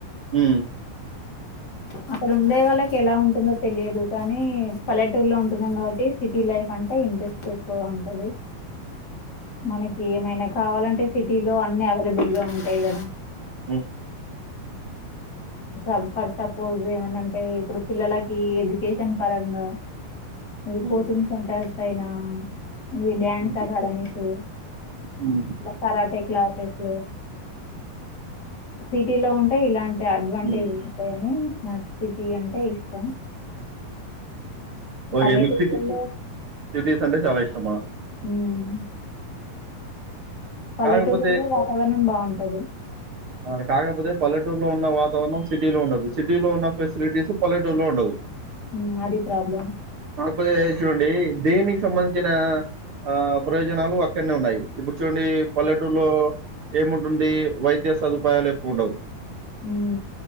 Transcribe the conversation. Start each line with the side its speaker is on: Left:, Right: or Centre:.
Right: హ్మ్
Left: అక్కడ ఉండేవాల్లకి ఎలా ఉంటుందో తెలియదు కానీ, పల్లెటూర్లో ఉంటున్నాం గావట్టి సిటీ లైఫ్ అంటే ఇంట్రెస్ట్ ఎక్కువగా ఉంటది. మనకి ఏమైనా కావాలంటే సిటీలో, అన్ని అవైలబుల్ గా ఉంటాయి కదా
Right: మ్
Left: మ్ ఫర్ సపోజ్ ఏమనంటే ఇప్పుడు పిల్లలకి ఎడ్యుకేషన్ పరంగా అది
Right: హ్మ్.
Left: కోచింగ్ సెంటర్ సైనా ఇది డ్యాన్స్
Right: హ్మ్.
Left: అకాడమీస్
Right: హ్మ్.
Left: ట్ల కరాటే క్లాసెస్ సిటీ లో ఉంటే ఇలాన్ ఈ అడ్వాంటేజ్
Right: హ్మ్.
Left: లు ఉంటాయి అని నా సిటీ అంటే ఇష్టం
Right: ఓకే
Left: పల్లెటూర్లలో
Right: మీక్ సిటీ సిటీస్ అంటే చాలా ఇష్టమా
Left: ఉమ్ పల్లెటూరులలో
Right: కాకపోతే
Left: వాతావరణం బాం న్ టది
Right: ఆ కాకపోతే పల్లెటూరులో ఉన్న వాతావరణం సిటీలో ఉండదు సిటీ లో ఉన్న ఫెసిలిటీస్ పలె ట్ టూర్ లో ఉండవ్
Left: హ్మ్ అది ప్రాబ్లం
Right: కాకపోతే చూడండి దేనికి సంబంధించిన ఆ ప్రయోజనాలు అక్కడనే ఉన్నాయి. ఇప్పుడు చూడండి పల్లెటూరులో ఏముంటుంది వైద్య సదుపాయాలు ఎక్కువ ఉండవ్
Left: ఉమ్